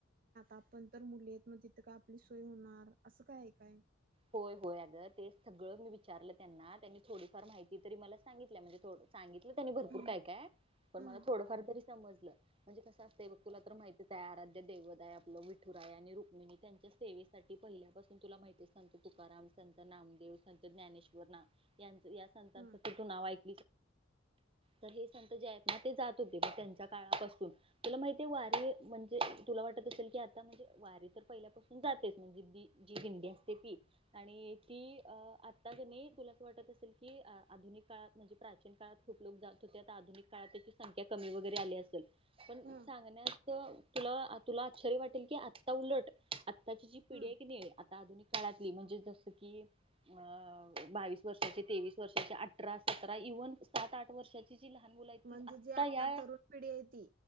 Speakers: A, on the right; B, on the right.
A: आप मु तथ होणार असं काय काय
B: होय होय अग ते सगळं मी विचारलं त्यांना त्यांनी थोडीफार माहिती तरी मला सांगितल्या म्हणजे थोडं सांगितलं त्यांनी भरपूर
A: हम्म
B: काय काय पण
A: हम्म
B: मला थोडंफार तरी समजलं म्हणजे कसं असतय बघ तुला तर माहिती त्या आराध्य देवदाय आपलं विठुरा आहे आणि रुक्मिणी त्यांच्या सेवेसाठी पहिल्यापासून तुला माहिती संत तुकाराम संत नामदेव संत ज्ञानेश्वर ना यां या संतांच
A: हम्म
B: तू नाव ऐकल तर हे संत जयत ना ते जात होते मग त्यांच्या काळापासून तुला माहितीे वारी म्हणजे तुला वाटत असेल की आता म्हणजे वारी तर पहिल्यापासून जातेच म्हणजे जी दिंडी अस आणि ती आता जमी तुलाच वाटत असेल की आधुनिक काळात म्हणजे प्राचीन काळात खूप लोक जात होते आता आधुनिक काळात त्याची संख्या कमी वगैरे आली असेल पण
A: हम्म
B: चांग ना <unintelligible> तुला तुला आश्चर्य वाटेल की आत्ता उलट आत्ताची जी पिढी
A: हम्म
B: आहे की नाही आधिक काळातली म्हणजे जस की अ बावीस वर्षाचे तेवीस वर्षाचे अठरा सतरा इव्हन सात आठ वर्षाची जी लहान मुलं आहेत
A: म्हणजे
B: ती आत्ता
A: जे आता
B: या
A: तरुण पिढी आहे ती